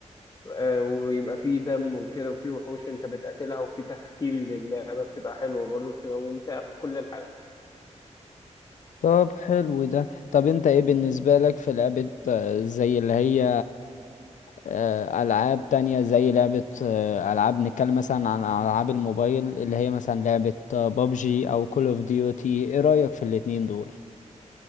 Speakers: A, on the left (about 30°); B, on the left (about 90°).
A: آه، ويبقى فيه دم وكده وفيه وحوش انت بتقاتلها وفيه تختيم للعبه بتبقى حلوه برضه بتبقى ممتعه في كل الحالات
B: طب حلو ده طب انت ايه بالنسبة لك في لعبة آه، زي اللي هي آه، ألعاب تانية زي لعبة آه، ألعاب نتكلم مثلا عن ألعاب الموبايل اللي هي مثلا لعبة بابجي أو كول اوف ديوتي ايه رأيك في الاتنين دول؟